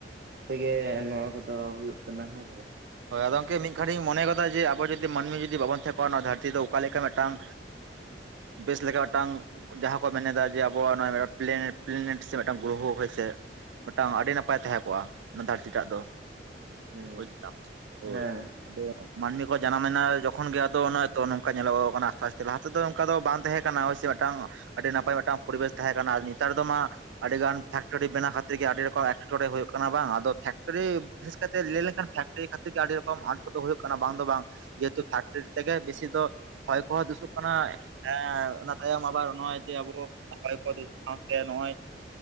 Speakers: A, on the right; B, on the right.
A: ᱛᱮᱜᱮ ᱱᱚᱣᱟ ᱠᱚᱫᱚ ᱦᱩᱭᱩᱜ ᱠᱟᱱᱟ ᱦᱮᱸ ᱥᱮ ᱵᱟᱝ
B: ᱦᱳᱭ ᱟᱫᱚ ᱜᱚᱝᱠᱮ ᱢᱤᱫ ᱜᱷᱟᱹᱲᱤᱡ ᱤᱧ ᱢᱚᱱᱮ ᱠᱟᱫᱟ ᱡᱮ ᱟᱵᱚ ᱡᱩᱫᱤ ᱢᱟᱹᱱᱢᱤ ᱡᱩᱫᱤ ᱵᱟᱵᱚᱱ ᱛᱜ ᱚᱱᱟ ᱫᱷᱟᱹᱨᱛᱤ ᱫᱚ ᱚᱠᱟᱞ ᱞᱮᱠᱟ ᱢᱤᱫᱴᱟᱝ ᱵᱮᱥ ᱞᱮᱠᱟ ᱢᱤᱫᱴᱟᱝ ᱡᱟᱦᱟᱸ ᱠᱚ ᱢᱮᱱᱮᱫᱟ ᱡᱮ ᱟᱵᱚᱣᱟᱜ ᱱᱚᱮᱱ ᱯᱞᱮᱱᱮᱴ ᱥᱮ ᱢᱤᱫᱴᱟᱝ ᱜᱨᱚᱦᱚ ᱦᱚᱭᱥᱮ ᱢᱤᱫᱴᱟᱝ ᱟᱹᱰᱤ ᱱᱟᱯᱟᱭ ᱛᱟᱦᱮᱸ ᱠᱚᱜᱼᱟ ᱚᱱᱟ ᱫᱷᱟᱹᱨᱛᱤ ᱴᱟᱜ ᱫᱚ
A: ᱦᱮᱸ,
B: ᱵᱩᱡᱽ ᱫᱟᱢ ᱦᱳᱭ
A: ᱦᱮᱸᱻ
B: ᱟᱫᱚ ᱢᱟᱹᱱᱢᱤ ᱠᱚ ᱡᱟᱱᱟᱢᱮᱱᱟ ᱡᱚᱠᱷᱚᱱ ᱜᱮ ᱟᱫᱚ ᱱᱚᱝᱠᱟ ᱧᱮᱞᱚᱜᱚᱜ ᱠᱟᱱᱟ ᱟᱠᱟᱥᱛᱮ ᱞᱟᱦᱟ ᱛᱮ ᱱ ᱫᱚ ᱚᱱᱠᱟ ᱫᱚ ᱵᱟᱝ ᱛᱟᱦᱮᱸ ᱠᱟᱱᱟ ᱦᱚᱳᱭᱥᱮ ᱢᱤᱫᱴᱟᱝ ᱟᱹᱰᱤ ᱱᱟᱯᱟᱭ ᱢᱤᱫᱴᱟᱝ ᱯᱚᱨᱤᱵᱮᱥ ᱛᱟᱦᱮᱸ ᱠᱟᱱᱟ ᱟᱨ ᱱᱮᱛᱟᱨ ᱫᱚ ᱢᱟ ᱟᱹᱰᱤ ᱜᱟᱱ ᱯᱷᱮᱠᱴᱚᱨᱤ ᱵᱮᱱᱟᱣ ᱠᱷᱟᱹᱛᱤᱨ ᱜᱮ ᱟᱹᱰᱤ ᱨᱚᱠᱚᱢ ᱮᱴᱠᱮᱴᱚᱲᱬᱮ ᱦᱩᱭᱩᱜ ᱠᱟᱱᱟ ᱵᱟᱝ ᱟᱫᱚ ᱯᱷᱮᱠᱴᱨᱤ ᱵᱤᱥᱮᱥ ᱠᱟᱛᱮ ᱞᱟᱹᱭ ᱞᱮᱱᱠᱷᱟᱱ ᱯᱷᱮᱠᱴᱨᱤ ᱠᱷᱟᱹᱛᱤᱨ ᱜᱮ ᱟᱹᱰᱤ ᱨᱚᱠᱚᱢ ᱟᱸᱴ ᱠᱚᱫᱚ ᱦᱩᱭᱩᱜ ᱠᱟᱱᱟ ᱵᱟᱝ ᱫᱚ ᱵᱟᱝ ᱡᱮᱦᱮᱛᱩ ᱯᱷᱮᱠᱴᱨᱤᱤ ᱛᱮᱜᱮ ᱵᱮᱥᱤ ᱫᱚ ᱦᱚᱭ ᱠᱚᱦᱚᱸ ᱫᱩᱥᱩᱜ ᱠᱟᱱᱟ ᱮ ᱚᱱᱟ ᱛᱟᱭᱚᱢ ᱟᱵᱟᱨ ᱱᱚᱜᱼᱚᱭ ᱡᱮ ᱟᱵᱚ ᱦᱚᱭ ᱠᱚ ᱫᱩᱥᱩᱜ ᱥᱟᱶᱛᱮ ᱱᱚᱜᱼᱚᱭ